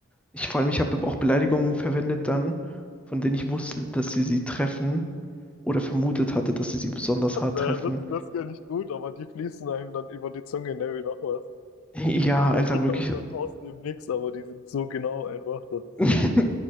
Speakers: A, in the centre; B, on the left (about 85°).
A: ich vor allem, ich habe auch Beleidigungen verwendet dann, von denen ich wusste, dass sie sie treffen oder vermutet hatte, dass sie sie besonders hart
B: Äh,
A: treffen.
B: das, das kann ich gut, aber die fließen einem dann über die Zunge, ne, wie noch was.
A: Ja,
B: Äh,
A: Alter,
B: Die
A: wirklich.
B: kommen dann aus dem Nix, aber die sind so genau einfach. Das ist,
A: <laughs>